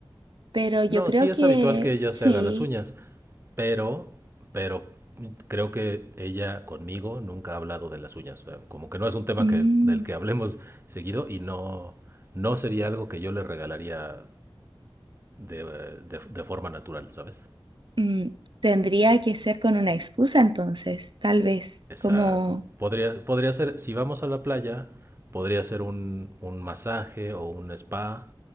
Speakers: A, on the right; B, on the right.
A: pero yo
B: No,
A: creo
B: sí
A: que
B: es habitual que ella
A: sí.
B: se haga las uñas, pero, pero creo que ella conmigo nunca ha hablado de las uñas. O sea, como que no es un tema
A: Mm,
B: que, del que hablemos seguido y no, no sería algo que yo le regalaría de, de de forma natural, ¿sabes?
A: mm, Tendría que ser con una excusa entonces, tal vez,
B: Exacto.
A: como,
B: Podría, podría ser, si vamos a la playa, podría ser un, un masaje o un spa